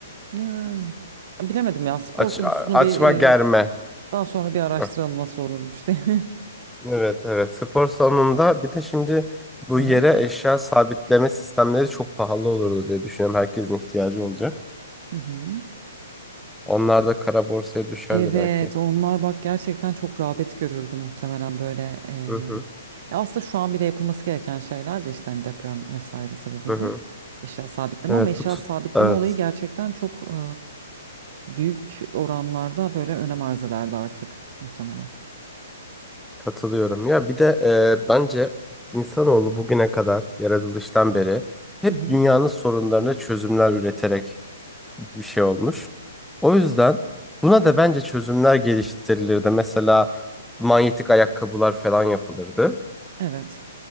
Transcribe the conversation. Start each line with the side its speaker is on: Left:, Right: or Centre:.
Right: Yani bilemedim ya spor
Centre: Aç
Right: konusunu
Centre: a-
Right: bir
Centre: açma
Right: e,
Centre: germe.
Right: daha sonra bir araştıralım
Centre: Heh.
Right: nasıl olurmuş diye.
Centre: Evet evet. Spor salonunda bir de şimdi bu
Right: <laughs> Aha.
Centre: yere eşya sabitleme sistemleri çok pahalı olurdu diye düşünüyorum. Herkesin ihtiyacı olacak.
Right: Hı hı.
Centre: Onlar da kara borsaya düşerdi
Right: Evet,
Centre: belki.
Right: onlar bak gerçekten çok rağbet görürdü muhtemelen böyle. e,
Centre: Hı hı
Right: ya aslında şu an bile yapılması gereken şeyler de işte hani deprem vesaire sebebiyle
Centre: hı. hı.
Right: eşya sabitleme
Centre: Evet
Right: ama eşya
Centre: bu tut
Right: sabitleme
Centre: evet
Right: olayı gerçekten çok e, büyük oranlarda böyle önem arz ederdi artık muhtemelen.
Centre: katılıyorum. Ya bir de e, bence insanoğlu bugüne kadar yaratılıştan beri hep
Right: Hı hı.
Centre: dünyanın sorunlarına çözümler üreterek bir şey olmuş. O yüzden buna da bence çözümler geliştirilirdi. Mesela manyetik ayakkabılar falan yapılırdı.
Right: Evet.